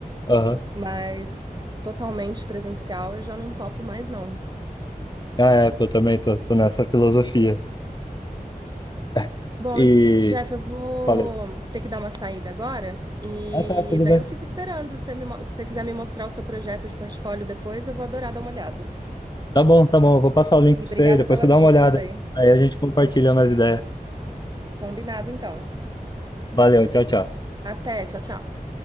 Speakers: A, on the left; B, on the right.
A: Aham.
B: mas totalmente presencial eu já não topo mais, não.
A: Ah, é, eu também tô, tô nessa filosofia. É,
B: Bom,
A: E
B: Jeff, eu vou
A: falei,
B: ter que dar uma saída agora e
A: ah, tá, tudo
B: daí
A: bem.
B: eu fico esperando. Se você me mo- se você quiser me mostrar o seu projeto de portfólio depois, eu vou adorar dar uma olhada.
A: Tá bom, tá bom, eu vou passar o link
B: E
A: pra
B: obrigada
A: você aí, depois
B: pelas
A: você dá uma
B: dicas
A: olhada.
B: aí.
A: Aí a gente compartilha mais ideias.
B: Combinado, então.
A: Valeu, tchau, tchau.
B: Até, tchau, tchau.